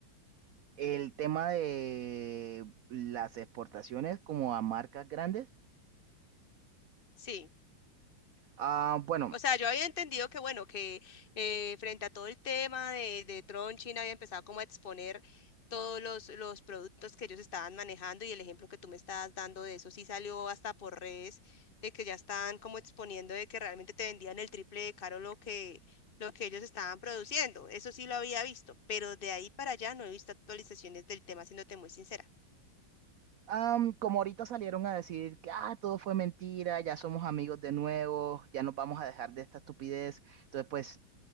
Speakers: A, on the right; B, on the left.
A: El tema de las exportaciones como a marcas grandes.
B: Sí.
A: Ah, bueno,
B: O sea, yo había entendido que, bueno, que eh, frente a todo el tema de, de Tron, China había empezado como a exponer todos los, los productos que ellos estaban manejando y el ejemplo que tú me estabas dando de eso sí salió hasta por redes, de que ya estaban como exponiendo de que realmente te vendían el triple de caro lo que, lo que ellos estaban produciendo. Eso sí lo había visto, pero de ahí para allá no he visto actualizaciones del tema, siéndote muy sincera.
A: am, como ahorita salieron a decir que ah, todo fue mentira, ya somos amigos de nuevo, ya nos vamos a dejar de esta estupidez. Entonces, pues,